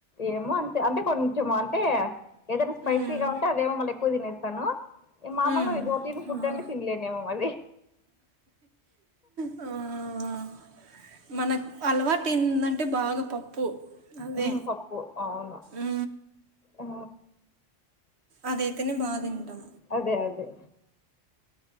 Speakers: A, on the left; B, on the right.
A: ఏమో అంతే అంటే కొంచము అంటే ఏదైనా స్పైసీగా
B: మ్మ్.
A: ఉంటే అదేమో మళ్ళీ ఎక్కువ తినేస్తాను ఏ మామలు
B: మ్మ్.
A: రోటీని ఫుడ్
B: ఆహా.
A: అంటే తినలేనేేమో అది
B: ఆ మనకు అలవాటు ఏందంటే బాగా పప్ ప్పు అదే
A: ఉమ్ పప్పు అవును
B: ఊ
A: ఆ
B: అదయితేనే బా తింటాం
A: అదే అదే